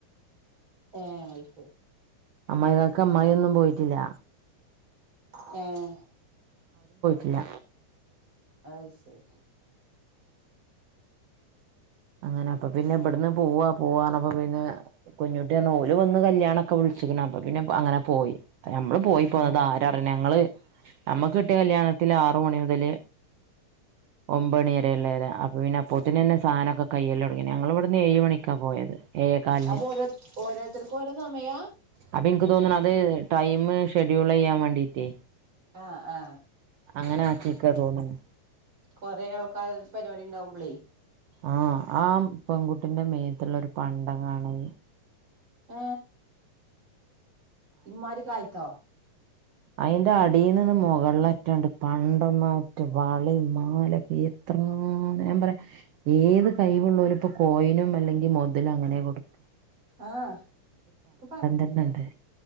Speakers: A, on the right; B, on the right.
A: ആ ആയിക്ക
B: അമ്മായിക്കൾക്ക് അമ്മായി ഒ ന്നും പോയിട്ടില്ല
A: ആഏ
B: ഇല്ല
A: അ ശരി
B: അങ്ങനെ അപ്പൊ പിന്നെ ഇവിടന്ന് പോവാ പോവാണപ്പ പിന്നെ കുഞ്ഞുട്ടി ഓല് വന്ന് കല്യാണൊക്കെ വിളിച്ചിക്കണ അപ്പൊ പിന്നെ അങ്ങനെ പോയി നമ്മള് പോയി പോന്ന
A: ഏഹ്
B: ത് ആരായി ഞങ്ങള് നമ്മക്ക് കിട്ടിയ കല്യാണത്തിലു ആറു മണി മുതല് ഒമ്പത്തുമണി വ രല്ലേ അതെ അപ്പഴാത്തേ പിന്നെ പൊത്തിന് തന്നെ സാധനൊക്കെ തയ്യല് തുടങ്ങി ഞങ്ങൾ ഇവിടുന്ന് ഏഴ് മണിക്കാ പോയത് ഏഴേകാലിന്
A: അപ്പൊ ഓരോ ഓരോരുത്തർക്കും ഓരോ സമയ
B: അപ്പൊ എനിക്ക് തോന്നണ് അത് ടൈം ഷെഡ്യൂൾ ചെയ്യാൻ വേണ്ടീട്ടേ
A: ആ ആ
B: അങ്ങനെ ആ ചീക്കാ തോന്നുന്നു
A: കൊറെേ ആൾക്കാർ പരിപാടി ഉണ്ടാവുമ്പളേ
B: ആ ആ പെൺകുട്ടിന്റെ മേത്തുള്ള ഒരു പണ്ടങ്ങാണ്
A: ആ ഇമ്മാതിരി കാലത്തോ
B: അതിന്റെ അടിന്ന്ത ന്നെ മുകളിലറ്റമുണ്ട് പണ്ടവും മറ്റും വളയും മാലയും ഉം ഞാൻ പറയാം ഏത് കഴിവുള്ളവരും ഇപ്പോ കോയിനും അല്ലെങ്കിൽ മുതലും അങ്ങനെ കൊടുക്കു.
A: ആഹ് ഇപ്പ പൻ
B: തന്നെണ്ട്